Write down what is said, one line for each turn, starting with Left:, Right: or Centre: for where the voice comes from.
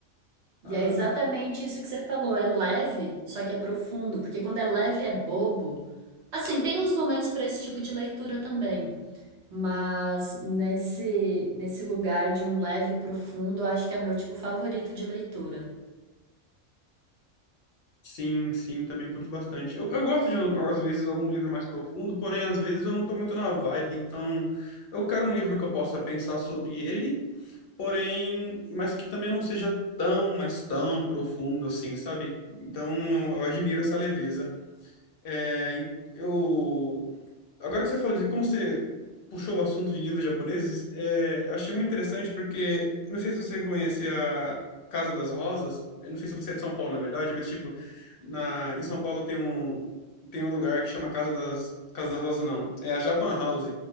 Right: E
Left: Ah,
Right: é exatamente isso que você falou, é leve, só que é profundo, porque quando é leve é bobo. Assim, tem os momentos para esse tipo de leitura também, mas nesse nesse lugar de um leve profundo, eu acho que é o meu tipo favorito de leitura.
Left: sim, sim, também curto bastante. Eu, eu gosto de, às vezes, algum livro mais profundo, porém, às vezes eu não tô muito na vibe, então eu quero um livro que eu possa pensar sobre ele porém, mas que também não seja tão, mas tão profundo assim, sabe? Então, eu admiro essa leveza. É, eu Agora que você falou de como você puxou o assunto de livros japoneses, é, eu achei muito interessante porque, eu não sei se você conhece a Casa das Rosas, eu não sei se você é de São Paulo, na verdade, mas, tipo, na, em São Paulo tem um, tem um lugar que chama Casa das, Casa das Rosas, não, é a Japan House,